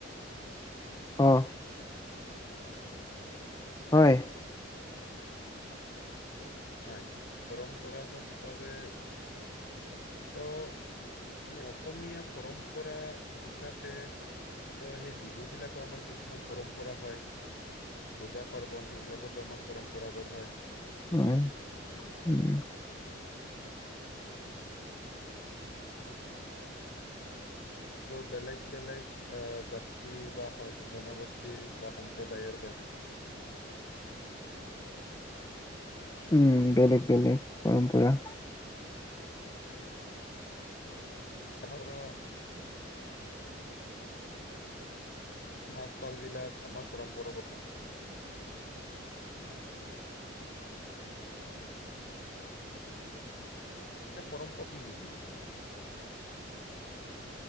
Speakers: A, on the left; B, on the left.
A: অ', হয়।
B: ত' হয় পৰম্পৰাগত ভাবে তো আমি অসমীয়া পৰম্পৰা হিচাপে ত' সেই বিহু বিলাকো আমাৰ কিছু <unintelligible> পৰম্পৰা হয় পূজা পাৰ্বন সেইবিলাকতো আমাৰ পৰম্পৰাগত হয়।
A: অ, উম।
B: ত' বেলেগ-বেলেগ অ, জাতি বা জনগোষ্ঠীৰ বা সম্প্ৰদায়ৰ বেলেগ
A: উম, বেলেগ-বেলেগ পৰম্পৰা
B: <unintelligible> সাজ-পাৰ বিলাক আমাৰ পৰম্পৰাগত। এ পৰম্প কি বুজিম?